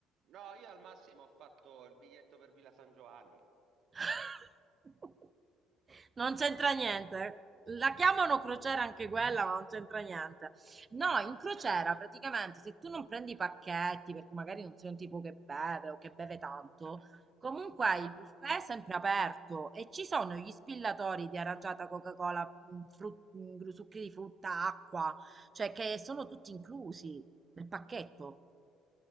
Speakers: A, on the right; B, on the right.
A: No, io al massimo ho fatto il biglietto per Villa San Giovanni.
B: <laughs> Non c'entra niente. La chiamano crociera anche quella, ma non c'entra niente. No, in crociera
A: eh,
B: praticamente se tu non prendi i pacchetti, perché magari non sei un tipo che beve o che beve tanto,
A: eh.
B: comunque
A: Ah,
B: il buffet è sempre aperto e ci sono gli spillatori di aranciata, Coca-Cola, mh, frut- mh, gru- succhi di frutta, acqua, cioè che sono tutti inclusi nel pacchetto.